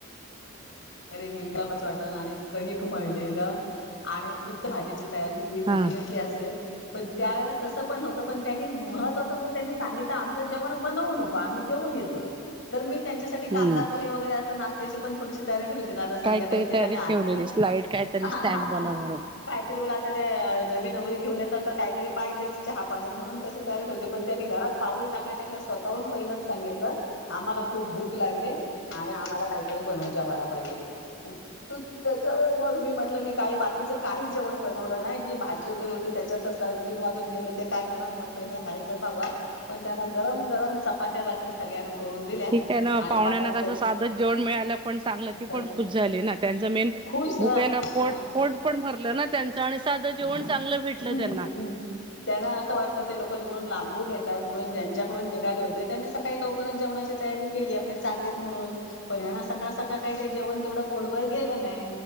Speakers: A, on the left; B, on the right.
A: तरी नेम्या पच वाटण आणि कणिक मळलेलं, आणि इत भाजीची तयारी ही डेफिनेटली
B: हा.
A: असतेच,, पण त्यावेळेला तसं पण नव्हतं, पण त्यांनी मह तसं म्हणजे त्यांनी सांगितलं आमच जेवण बनवू नको, आम्ही जेऊन येतोय,, तर तर मी त्यांच्यासाठी कांदा
B: हम्म
A: पोहे वगैरे असं नाशत्याची पण थोडीशी तयारी ठेली आता संध्याकाळी
B: काहीतरी
A: येतील
B: तयारी
A: आणि अचानक,,
B: ठेवलेलीस लाईट काहीतरी
A: हा
B: स्नॅक बनव
A: हा
B: म्हणून.
A: काहीतरी आता ते, नवी नवरी घेऊन येतात तर काहीतरी पाहिजेच चहा पाणी म्हणून तशी तयारी ठेवते पण त्यानी घरात पाऊल टाकल्या टाकल्या स्वतःहून पहिलेच सांगितलं,, आम्हाला खूप भूक लागलीये, आणि आम्हाला काहीतरी बनवून जेवायला पाहिजे,, तू त्यज्या मग मी म्हटलं मी काही बाकीचं काही जेवण बनवलं नाही, जी भाजी वगैरे होती त्याच्यातच, कारण तीन वाजून गेले होते काय करणार म्हटलं हे हाय ह्याच्यात भागवा,, पण त्यांना गरम गरम चपात्या बाकी सगळ्यांना करून दिल्या.
B: ठीक आहे ना,,
A: आणि
B: पाहुण्यांना
A: पापड
B: कसं साधच जेवण मिळालं पण चांगलं
A: तळले
B: ते पण खुश झाले ना, त्यांच मेन,
A: खुश
B: भुकेला
A: हा
B: पोट
A: हा
B: पोट पण भरलं ना त्यां आणि साधं जेवण चांगलं भेटलं
A: हं,
B: त्यांना.
A: हं. त्यांना असं वाटलं ते लोकं तिकडून लांबून येतायत, म्हणून ज्यांच्याकडून निघाले होते त्यांनी सकाळी लवकरच जेणाची तयारी केली, आपले चाललेत म्हणून पण सकाळ सकाळ काय ते जेवण तेवढं पोटभर गेलं नाही.